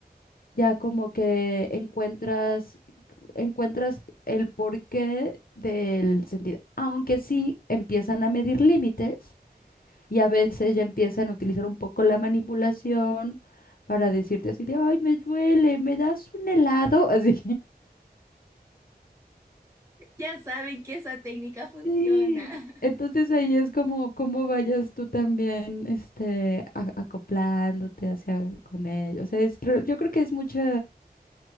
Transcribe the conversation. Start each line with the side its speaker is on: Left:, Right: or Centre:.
Left: ya como que encuentras, encuentras el porqué del sentido. Aunque sí empiezan a medir límites y a veces ya empiezan a utilizar un poco la manipulación para decirte así de, ay, me duele, me das un helado, <laughs> así.
Right: Ya saben que esa técnica funciona.
Left: Sí,
Right: <laughs>
Left: entonces ahí es como cómo vayas tú también este a- acoplándote hacia con ellos. O sea, es re- yo creo que es mucho